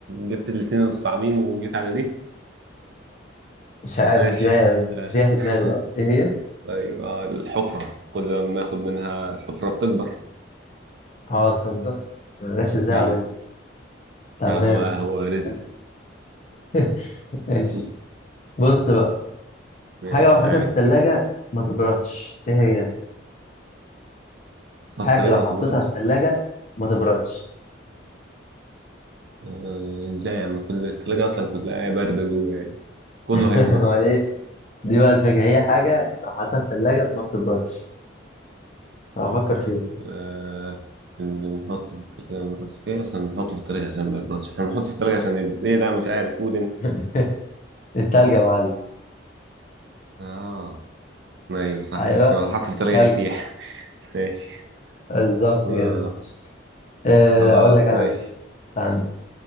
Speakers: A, on the right; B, on the left.
A: جبت الاتنين الصعبين وجيت على دي
B: مش عارف
A: ماشي
B: مش جاية مش
A: آه.
B: جاية في دماغي دلوقتي
A: <laughs>
B: إيه هي؟
A: طيب آه الحفرة كل ما بناخد منها الحفرة بتكبر
B: أه تصدق ما جاتش إزاي
A: أيوة
B: أعمل تمام
A: يلا بقى هو رزق
B: حلو. <laughs> ماشي
A: <laughs>
B: بص بقى
A: ماشي
B: حاجة لو حطيتها
A: معاك
B: في التلاجة ما تبردش إيه هي؟
A: طب
B: حاجة
A: التلاجة
B: لو
A: ما
B: حطيتها
A: تبردش
B: في التلاجة ما تبردش
A: آه، ازاي يعني كل التلاجة أصلا كلها باردة جوه يعني كله
B: <laughs>
A: هيبرد
B: أمال إيه؟ دي بقى الفكرة هي حاجة لو حطيتها في التلاجة ما بتبردش هفكر فيها
A: آه. اللي بنحطه في التلاجة ما بيبردش ايه أصلا بنحطه في التلاجة عشان ما يبردش احنا بنحطه في التلاجة عشان يبرد ايه لا مش عارف قول أنت
B: <laughs> التلج يا معلم
A: اه أيوة صح
B: أيوه
A: لو حطه في التلاجة
B: التلج
A: هيسيح <laughs> ماشي
B: بالظبط
A: آه
B: كده آه،
A: خلاص
B: اقول لك انا
A: ماشي
B: لسه استنى